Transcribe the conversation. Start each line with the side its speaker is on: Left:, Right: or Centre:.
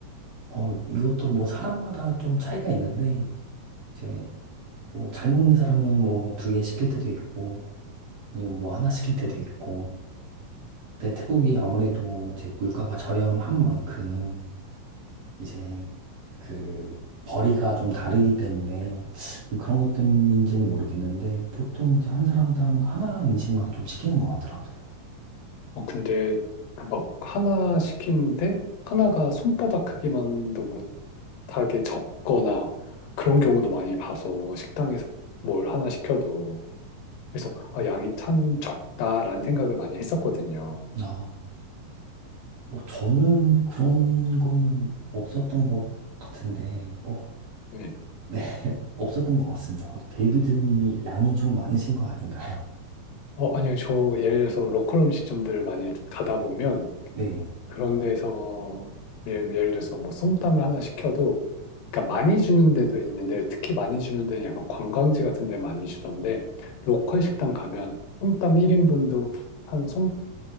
Right: 어, 이것도 뭐 사람마다 좀 차이가 있는데, 제가 뭐 잘 먹는 사람은 뭐 두 개 시킬 때도 있고, 아니면 뭐 하나 시킬 때도 있고. 근데 태국이 아무래도 이제 물가가 저렴한 만큼 이제 그 벌이가 좀 다르기 때문에 그런 것 때문인지는 모르겠는데 보통 이제 한 사람당 하나 음식만 좀 시키는 것 같더라고요.
Left: 어, 근데 막 하나 시키는데 하나가 손바닥 크기만도 못하게 적거나 그런 경우도 많이 봐서 식당에서 뭘 하나 시켜도 그래서 아, 양이 참 적다라는 생각을 많이 했었거든요.
Right: 아, 어, 저는 그런 거는 없었던 것 같은데, 어,
Left: 네.
Right: 네, <laughs> 없었던 것 같습니다. 어, 데이비드 님이 양이 좀 많으신 거 아닌가요?
Left: 어, 아니요. 저 예를 들어서 로컬 음식점들 많이 가다 보면
Right: 네,
Left: 그런 데서 예를, 예를 들어서 뭐 솜땀을 하나 시켜도 그러니까 많이 주는 데도 있는데 특히 많이 주는 데는 약간 관광지 같은 데 많이 주던데 로컬 식당 가면 솜땀 1인분도 한 손,